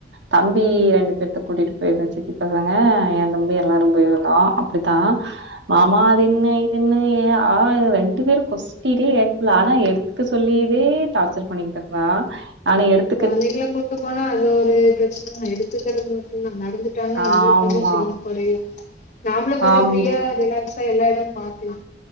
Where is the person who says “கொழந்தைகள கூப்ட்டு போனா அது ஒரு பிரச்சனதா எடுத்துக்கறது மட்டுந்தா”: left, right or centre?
Left